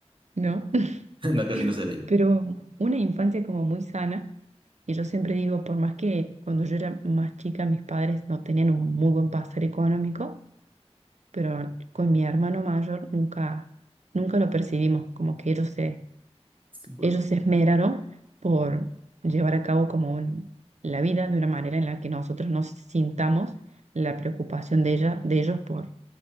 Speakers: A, on the right (about 85°); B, on the right (about 45°).
A: ¿No? <laughs>
B: <laughs> No, acá casi no se veía.
A: Pero una infancia como muy sana. Y yo siempre digo, por más que cuando yo era más chica mis padres no tenían un muy buen pasar económico, pero con mi hermano mayor nunca, nunca lo percibimos, como que ellos se,
B: Sí, por,
A: ellos se esmeraron por llevar a cabo como un- la vida de una manera en la que nosotros nos sintamos la preocupación de ella, de ellos por,